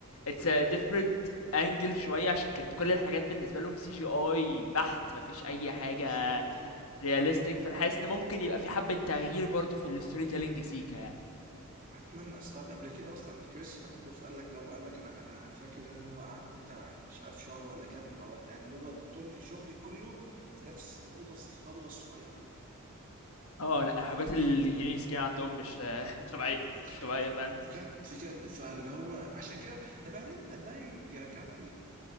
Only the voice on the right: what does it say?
بالظبط
اتمنى استغرب قبل كده اصلا كريس هيمثوس قال لك مره قال لك انا انا انا فاكر ان انا مره قعدت بتاع مش عارف شهر ولا كام مع بعض- يعني اللي هو طول شغلي كله في نفس الاوضه الخضراء الصغيره
وكان
بيع
بجد
بجد فاللي هو عشان كده طب هل انت ده يرجعنا